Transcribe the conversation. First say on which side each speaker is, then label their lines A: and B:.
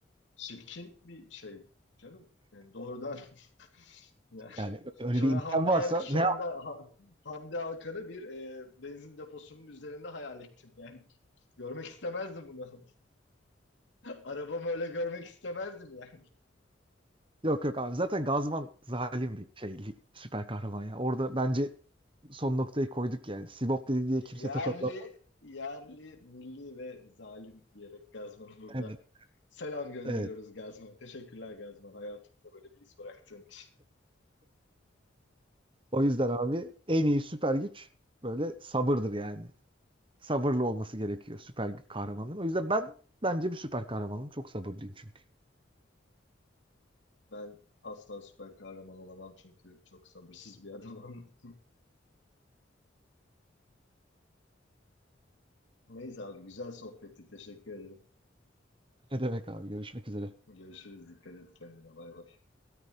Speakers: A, on the left; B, on the right.
A: Çirkin bir şey canım. Yani doğrudan <laughs> yani
B: Yani öyle
A: şu
B: bir
A: an
B: imkan
A: Hamdi
B: varsa
A: Al- şu
B: ne
A: anda
B: yap?
A: Ha- Hamdi Alkan'ı bir e, benzin deposunun üzerinde hayal ettim yani. <laughs> Görmek istemezdim bunu. <laughs> Arabamı öyle görmek istemezdim yani.
B: Yok yok abi zaten Gazman zalim bir şey süper kahraman ya. Orada bence son noktayı koyduk yani. Sibop dedi diye kimse
A: Yerli,
B: tokatlanmaz.
A: yerli, milli ve zalim diyerek Gazman'ı burada
B: Evet.
A: selam gönderiyoruz
B: Evet.
A: Gazman. Teşekkürler Gazman hayatımızda böyle bir iz bıraktığın için.
B: O yüzden abi en iyi süper güç böyle sabırdır yani. sabırlı olması gerekiyor süper kahramanların. O yüzden ben bence bir süper kahramanım. Çok sabırlıyım çünkü.
A: Ben asla süper kahraman olamam çünkü çok sabırsız bir adamım. <laughs> Neyse abi güzel sohbetti teşekkür ederim.
B: Ne demek abi görüşmek üzere.
A: Görüşürüz dikkat et kendine bay bay.